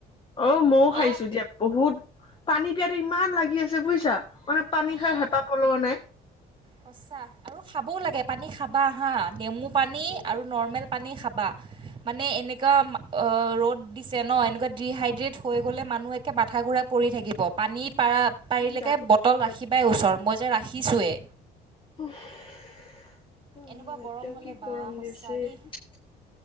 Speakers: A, on the left; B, on the right.
A: অ' মও খাইছো
B: অ'
A: দিয়া, বহুত পানী পিয়াটো ইমান লাগি আছে বুজিছা। মানে পানী খাই
B: উম,
A: হেঁপাহ পলোৱা নাই।
B: সঁচা আৰু খাবও লাগে পানী খাবা হা। নেমু পানী
A: উম,
B: আৰু নৰ্মেল পানী খাবা। মানে এনেকা অ' ৰ'দ দিছে ন, এনেকুৱা ডিহাইড্ৰেট হৈ গলে। মানুহ মাথা ঘূৰাই পৰি থাকিব। পানী পাৰা পাৰিলেকে
A: যাব
B: বটল ৰাখিবাই
A: যাব
B: ওচৰত, মই যে ৰাখিছোৱেই।
A: আহ
B: এনেকুৱা গৰম
A: এতিয়া
B: হ'লে
A: কি
B: বা
A: গৰম
B: সঁচা
A: দিছে।
B: দেই
A: <unintelligible>